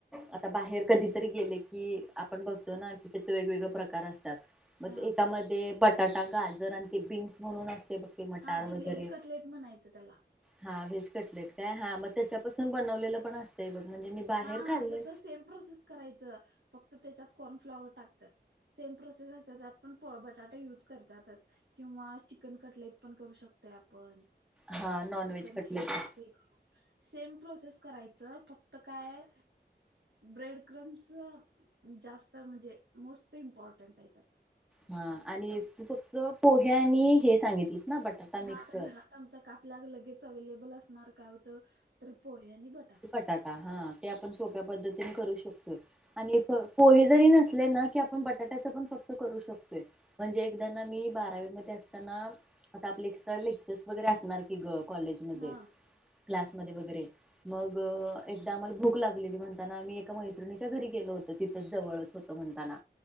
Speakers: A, in the centre; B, on the right.
A: आता, बाहेर कधीतरी गेले की आपण बघतो ना, कि त्याच वेगवेगळे प्रकार असतात. मग,
B: हा
A: एकामध्ये बटाटा, गाजर आणि ते बीन्स, म्हणून असतय बघ, मटार
B: हा, ते
A: वगैरे
B: व्हेज कटलेट म्हणायचं त्याला.
A: हा, व्हेज कटलेट काय, हा मग त्याच्यापासून बनवलेलं पण असत बघ म्हणजे, बाहेर
B: हा,
A: खाल्ले.
B: हा, जसं सेम प्रोसेस करायचं, फक्त त्याच्यात कॉर्नफ्लॉवर टाकतात. सेम प्रोसेस असत, त्यात पण प बटाटे यूज करतातच. किंवा, चिकन कटलेट पण करू शकतय आपण.
A: हा नॉन
B: चिकन
A: व्हेज कटलेट
B: खीमा अस, कर सेम प्रोसेस करायच फक्त फक्त काय, ब्रेड क्रमस, जास्त म्हणजे मोस्ट इम्पॉर्टंट आहे त्या-
A: हा आणि तू फक्त पोहे आणि हे सांगितलीस ना मिक्सर
B: हा आता घरात आमच्या कापल्या लगेच अवे्लेबल असणार काय होत तर पोहे आणि बट-
A: बटाटा हा ते आपण सोप्या पद्धतीने करू शकतोय. आणि पोहे जरी नसले ना की आपण बटाट्याच पण फक्त करू शकतोय. म्हणजे एकदा ना मी बारावीमध्येध्ये असताना आता आपले एस्ट लेक्चर्स वगैरे असतात. कि ग कॉलेजमध्ये
B: हा
A: क्लासमध्ये वगैरे, मग एकदा आम्हाला भूक लागलेली म्हणताना आम्ही एका मैत्रिणीच्या घरी गेलो होतो तिथ जवळच होत म्हणताना